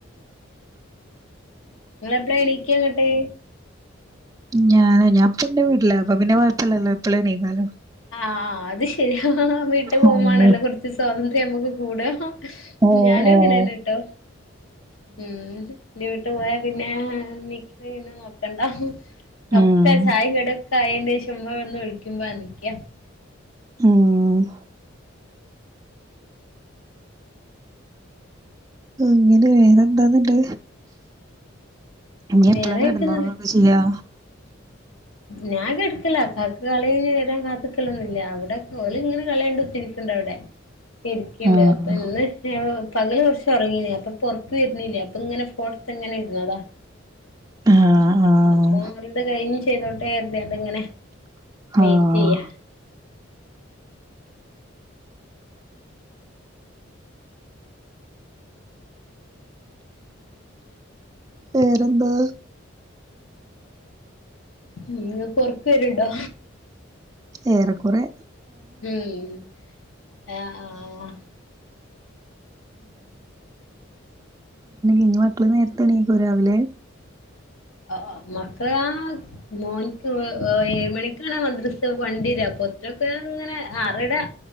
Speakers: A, on the left; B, on the right.
A: ങ്ങളെപ്പളാ എണീക്ക ന്നട്ട്
B: ഞാന് ഞാൻപ്പന്റെ വീട്ടിലപ്പ പിന്നെ കുഴപ്പമില്ലല്ലോ എപ്പള എണീക്ക
A: ആഹ് അത് ശരിയാ വീട്ടു പോകമാണല്ലോ
B: ഓഹ്
A: കൊറച്ച് സ്വാതന്ത്ര്യം നമുക്ക് കൂട
B: ഓഹ്
A: ഞാനും
B: ഓഹ്
A: അങ്ങനെന്നെട്ടോ, ഉം ഇന്റെ വീട്ടു പോയാ പിന്നെ നീക്കല് പിന്നെ നോക്കണ്ട
B: ഉം
A: ഒക്കെ ചായിം കടിയൊക്കെ ആയേന്റെശം ഉമ്മ വന്ന് വിളിക്കുമ്പോ നീക്ക
B: ഉം ഇങ്ങനെ വേറെ എന്തോന്നുണ്ട് ഇനി എപ്പളാ
A: വേറെയൊക്കെ
B: കെടന്നുറങ്ങ
A: നല്ല
B: കൊർച്ചെയ്യോ?
A: ഞാൻ കെടക്കല കാക്കു കളി കഴിഞ് വരാൻ കാത്ത്ക്കലൊന്നുല്ല അവിടെ ഓല് ഇങ്ങനെ കളിയണ്ട് കുത്തിരി ക്ക്ണ്ട് അവ്ടെ ഇരിക്കിണ്ട്
B: ആഹ്
A: അപ്പൊ ഇന്ന് പകല് കൊർച്ച് ഒർങ്ങീനിം അപ്പൊപ്പൊ ഒർക്ക് വര്ന്നില്ല അപ്പൊ ഇങ്ങനെ ഫോൺത് ഇങ്ങനെ ഇര്ന്നതാ
B: ആഹ് ആഹ്
A: അപ്പൊ ഒന്നുകൂടെ കഴിഞ്ഞ് ചെയ്തോട്ടേ കര്തിയാണ്ട് ഇങ്ങനെ
B: ആഹ്
A: വെയിറ്റെയ്യ
B: വേറെന്താ
A: ഉം ഇങ്ങക്ക് ഒർക്ക് വെര്ണ്ടോ?
B: ഏറെക്കുറേ
A: ഉം ആഹ് ആഹ്
B: ഇഞ്ഞ് മക്കള് നേര്ത്തെ എണീക്കൊ രാവിലെ
A: അ ആ മക്കാളാ മോൻക്ക് ഏഴ് മണിക്കാണ് മദ്രസ് വണ്ടിവെരാ അപ്പൊത്തിനൊക്കെ ഇങ്ങനെ ആറരാ